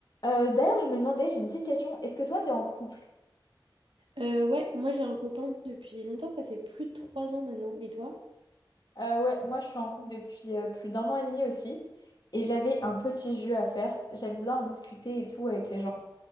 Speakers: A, on the left; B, on the right.
A: Euh, d'ailleurs, je me demandais, j'ai une petite question. Est-ce que toi, t'es en couple?
B: Euh, ouais, moi j'ai un copain depuis longtemps, ça fait plus de trois ans maintenant. Et toi?
A: Euh, ouais, moi, je suis en couple depuis euh, plus d'un an et demi aussi. Et j'avais un petit jeu à faire. J'aime bien en discuter et tout avec les gens.